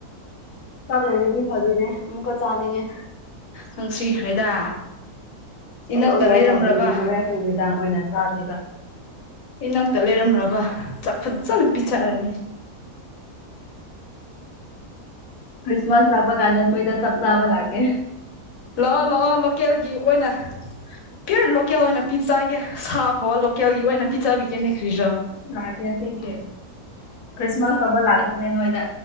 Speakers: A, on the left; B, on the left.
A: ꯆꯥꯛ ꯂꯩꯔꯗꯤ ꯐꯗꯣꯏꯅꯦ ꯑꯃꯨꯛꯀ ꯆꯥꯅꯤꯡꯉꯦ
B: ꯅꯨꯡꯁꯤꯈ꯭ꯔꯦꯗ ꯏꯅꯛꯇ
A: ꯑꯩ ꯑꯣꯔꯗꯔ
B: ꯂꯩꯔꯝꯂꯕ
A: ꯇꯧꯗꯣꯏꯅꯦ ꯍꯣꯔꯦꯟ ꯅꯨꯃꯤꯗꯥꯡ ꯑꯣꯏꯅ ꯆꯥꯗꯣꯏꯕ
B: ꯏꯅꯥꯛꯇ ꯂꯩꯔꯝꯕ ꯆꯥꯛ ꯐꯖꯅ ꯄꯤꯊꯛꯔꯅꯤ
A: ꯈ꯭ꯔꯤꯁꯃꯁ ꯂꯥꯕꯀꯥꯟꯗ ꯅꯣꯏꯗ ꯆꯥꯛ ꯆꯥꯕ ꯂꯥꯀꯦ
B: ꯂꯥꯛꯑꯣ ꯂꯥꯛꯑꯣ ꯂꯣꯀꯦꯜꯒꯤ ꯑꯣꯏꯅ ꯄꯤꯌꯣꯔ ꯂꯣꯀꯦꯜ ꯑꯣꯏꯅ ꯄꯤꯆꯒꯦ ꯁꯥ ꯐꯥꯎꯕ ꯂꯣꯀꯦꯜꯒꯤ ꯑꯣꯏꯅ ꯄꯤꯆꯕꯤꯒꯦꯅꯦ ꯈ꯭ꯔꯤꯖꯣ
A: ꯂꯥꯛꯑꯒꯦ ꯊꯦꯡꯀꯦ ꯈ꯭ꯔꯤꯁꯃꯥꯁ ꯐꯕ ꯂꯥꯛꯒꯦꯅꯦ ꯅꯣꯏꯗ